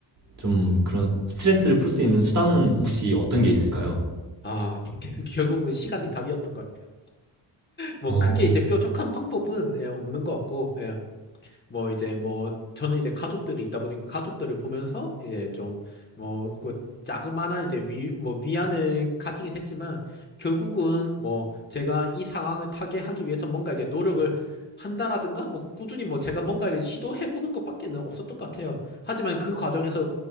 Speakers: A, on the right (about 40°); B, on the left (about 20°).
A: 좀 그런 스트레스를 풀 수 있는 수단은 혹시 어떤 게 있을까요?
B: 아, <laughs> 결국은 시간이 답이었던 것. 같아요. 뭐
A: 어,
B: 크게 이제 뾰족한 방법은 예, 없는 것 같고, 예. 뭐 이제 뭐 저는 이제 가족들이 있다 보니까 가족들을 보면서 이제 좀뭐그 자그마한 이제 위 뭐 위안을 가지긴 했지만 결국은 뭐 제가 이 상황을 타개하기 위해서 뭔가 이제 노력을 한다라든가 뭐 꾸준히 뭐 제가 뭔가를 시도해 보는 것밖에는 없었던 것 같아요. 하지만 그 과정에서